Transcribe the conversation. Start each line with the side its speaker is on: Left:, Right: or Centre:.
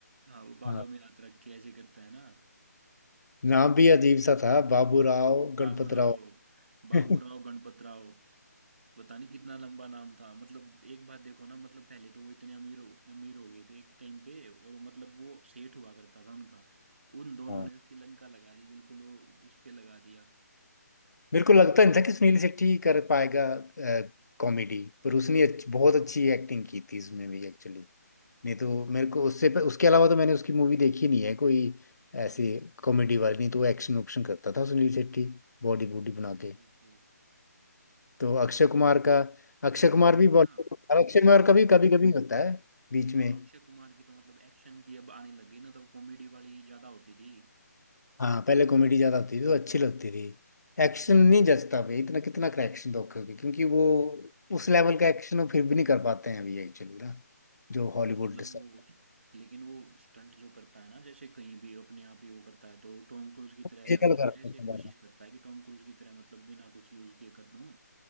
Right: हाँ वो बालों
Left: हाँ
Right: में हाथ रख के ऐसे करता है ना
Left: नाम भी अजीब सा था बाबू राव
Right: बाबूराव
Left: गणपत राव
Right: बाबूराव
Left: <laughs>
Right: गणपतराव पता नहीं कितना लंबा नाम था मतलब एक बात देखो ना मतलब पहले तो वो इतने अमीर हो अमीर हो गए थे एक टाइम पे और मतलब वो सेठ हुआ करता था उनका उन दोनों
Left: हाँ
Right: ने उसकी लंका लगा दी बिल्कुल वो उस पे लगा दिया
Left: मेरे को लगता नहीं था कि सुनील शेट्टी कर पाएगा कॉमेडी पर उसने अच्छ, बहुत अच्छी एक्टिंग की थी इसमें भी एक्चुअली नहीं तो मेरे को उससे उसके अलावा तो मैंने उसकी मूवी देखी नहीं है कोई ऐसे कॉमेडी वाली नहीं तो एक्शन ऑप्शन करता था सुनील शेट्टी बॉडी बूडी बना के
Right: बिल्कुल
Left: तो अक्षय कुमार का अक्षय
Right: अब
Left: कुमार
Right: देखो
Left: भी बॉलीवुड
Right: ना
Left: अब अक्षय कुमार
Right: जैसे
Left: का भी कभी कभी होता है बीच
Right: हाँ,
Left: में
Right: अक्षय कुमार की तो मतलब एक्शन की अब आने लगी ना तो कॉमेडी वाली ज्यादा होती थी
Left: हाँ पहले कॉमेडी ज्यादा होती थी तो अच्छी लगती थी एक्शन नहीं जचता भाई इतना कितना का एक्शन दोगे क्योंकि वो उस लेवल का एक्शन वो फिर भी नहीं कर पाते हैं अभी एक्चुअली ना जो हॉलीवुड
Right: हाँ मतलब
Left: सब
Right: वो लेकिन वो स्टंट जो करता है ना जैसे कहीं भी अपने आप ही वो करता है तो टॉम क्रूज की
Left: डिजिटल
Right: तरह करता
Left: करते
Right: है ऐसे
Left: हैं
Right: कोशिश
Left: बड़ा।
Right: करता है कि टॉम क्रूज की तरह मतलब बिना कुछ यूज किए कर दूं